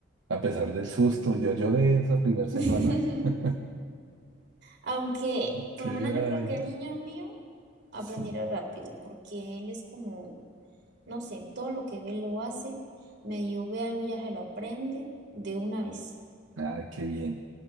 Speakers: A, on the right; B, on the right.
A: A pesar del susto, yo lloré esa primera semana.
B: <laughs>
A: <laughs>
B: Aunque, por
A: Que,
B: lo menos
A: ay,
B: yo creo que el niño mío aprenderá
A: sí,
B: rápido porque él es como No sé, todo lo que ve lo hace, medio ve algo y ya se lo aprende de una vez.
A: ay, qué bien,